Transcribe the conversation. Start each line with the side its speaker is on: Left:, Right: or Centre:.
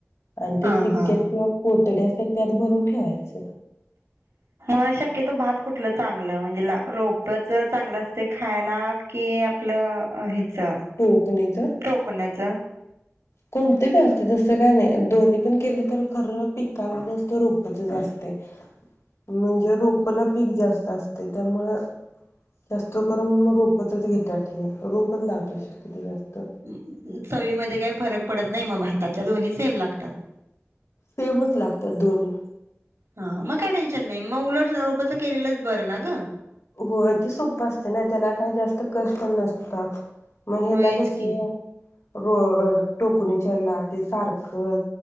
Left: आणि
Right: हा
Left: ते टिक्क्यात
Right: हा.
Left: किंवा पोतड्यात हे त्यात भरून ठेवायच.
Right: आं शक्यतो भात कुठलं चांगलं म्हणजे रोपच चांगलं असतय खायला की आपलं हे च्या,
Left: टोकणीच
Right: टोकण्यात च्या.
Left: कोणते बी असते तस काय नाही दोन्ही पण केले तर खर पिकाला जास्त रोपचच असतय, म्हणजे रोपला पीक जास्त असतय त्यामुळ, जास्त करून रोपचच घेत्यात हे. लावते शक्यतो जास्त
Right: अ चवी मधे काय फरक पडत नाही म भाताच्या दोन्ही सेम लागतात.
Left: सेमच लागतात दोन्ही
Right: हा म काय टेन्शन नाही म उलट लो पचं केलेलंच बरं ना गं.
Left: होय ते सोप्प असत ना त्याला काही जास्त कष्ट नसतात. म हेला
Right: होयच
Left: कसं
Right: की
Left: हो होय टोकणी च्याला ते सारखं